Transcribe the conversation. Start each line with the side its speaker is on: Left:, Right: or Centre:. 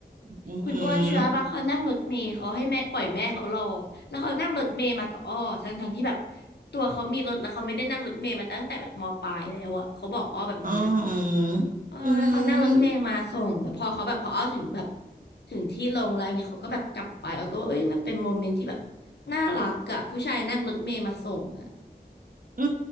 Right: อือหื
Left: คุณอ้วนเชื่อปะเขานั่งรถเมล์เขาให้แม่ปล่อยแม่เขารอแล้วเขานั่งรถเมล์มากับอ้อทั้งทงที่แบบ
Right: อ
Left: ตัวเขามีรถแล้วเขาไม่ได้นั่งรถเมล์มาตั้งแต่แบบมปลายแล้วอะเขาบอกอ้อแบบนี้นะ
Right: อือหือ
Left: เออแล้วเขานั่งรถเมล์มาส่งแล้วพอเขาแบบพออ้อถึงแบบ
Right: อืม
Left: ถึงที่ลงแล้วเงี้ยเขาก็แบบกลับไปอ้อก็ว่าเอ้ยมันเป็นโมเมนต์ที่แบบน่ารักอะผู้ชายนั่งรถเมล์มาส่งอะ
Right: อื